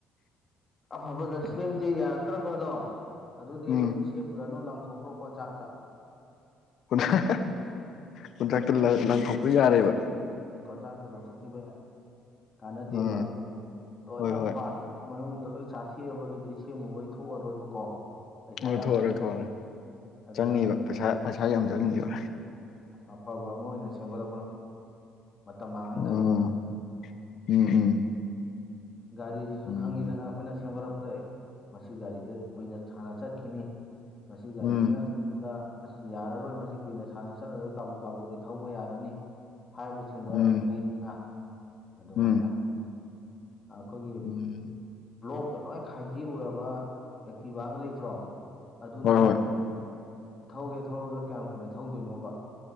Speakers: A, on the left (about 30°); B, on the left (about 60°).
A: ꯑꯐꯕꯗ ꯁꯦꯝꯗꯦ ꯌꯥꯔꯛꯇ꯭ꯔꯕꯗꯣ ꯑꯗꯨꯗꯤ
B: ꯎꯝ
A: ꯑꯗꯨꯝ ꯎꯔꯅꯨ ꯂꯪꯊꯣꯛꯈ꯭ꯔꯣ ꯀꯣꯟꯣꯡꯆꯥꯛꯇ
B: ꯨꯟꯊ꯭ꯔꯥ ꯀꯨꯟꯊ꯭ꯔꯛꯇ ꯂꯪꯊꯣꯛꯄ ꯌꯥꯔꯦꯕ
A: ꯎ ꯀꯣꯆꯥꯛꯇ ꯂꯪꯊꯣꯛꯈꯤꯕ ꯌꯥ ꯀꯥꯟꯅꯗꯦꯕ
B: ꯎꯝ
A: ꯂꯣꯏꯅ
B: ꯍꯣꯏ ꯍꯣꯏ
A: ꯄ ꯨꯡ ꯃꯅꯨꯡꯗ ꯂꯣꯏ ꯆꯥꯊꯦꯛꯑꯕ ꯑꯗꯨꯗꯤ ꯁꯦꯝꯃꯨꯕꯩ ꯊꯣꯛꯑꯔꯣꯏꯕꯀꯣ ꯄꯩꯁꯥ
B: ꯑꯣ
A: ꯌꯥꯝ
B: ꯊꯑꯔꯦ
A: ꯆꯪ
B: ꯊꯣꯛꯑꯦ
A: ꯑꯗꯨꯅ
B: ꯆꯪꯅꯤꯕ ꯄꯩꯁꯥ ꯄꯩꯁꯥ ꯌꯥꯝ ꯆꯪꯅꯤꯕ
A: ꯑꯐꯕ ꯑꯃ ꯑꯣꯏꯅ ꯁꯦꯝꯒꯠꯂꯛꯄꯅ ꯃꯇꯝ ꯃꯥꯡꯍꯟꯗꯕꯤꯗ
B: ꯎꯝ ꯎꯝ ꯎꯝ
A: ꯒꯥꯔꯤꯁꯤꯁꯨ
B: ꯎꯝ
A: ꯈꯪꯉꯤꯗꯅ ꯑꯩꯈꯣꯏꯅ ꯁꯦꯝꯒꯠꯂꯛꯑꯦ ꯃꯁꯤ ꯒꯥꯔꯤꯁꯦ ꯀꯨꯏꯅ ꯁꯥꯟꯅ ꯆꯠꯈꯤꯅꯤ ꯁꯁ꯭ꯔꯤꯀꯥꯔꯗ
B: ꯎꯝ
A: ꯗ ꯑꯁ ꯌꯥꯔꯔꯣꯏ ꯃꯁꯤ ꯀꯨꯏꯅ ꯁꯥꯟꯅ ꯆꯠꯂꯔꯣꯏ ꯀꯥꯡꯕꯨ ꯀꯥꯡꯕꯨꯗꯤ ꯊꯧꯕ ꯌꯥꯒꯅꯤ ꯍꯥꯏꯕ ꯆꯤꯡꯕ
B: ꯎꯝ
A: ꯂꯩꯅ ꯑꯗꯨꯃꯥꯏꯅ
B: ꯎꯝ
A: ꯑꯩꯈꯣꯏꯒꯤ
B: ꯎꯝ
A: ꯕ꯭ꯂꯣꯛꯀ ꯂꯣꯏ ꯈꯥꯏꯗꯦꯎꯔꯕ ꯑꯦꯛꯇꯤꯚꯒ ꯂꯩꯇ꯭ꯔꯣ ꯑꯗꯨꯅ
B: ꯍꯣꯏ ꯍꯣꯏ
A: ꯊꯧꯒꯦ ꯊꯧꯔꯕꯗ ꯀꯌꯥꯝ ꯀꯨꯏꯅ ꯊꯧꯗꯣꯏꯅꯣꯕ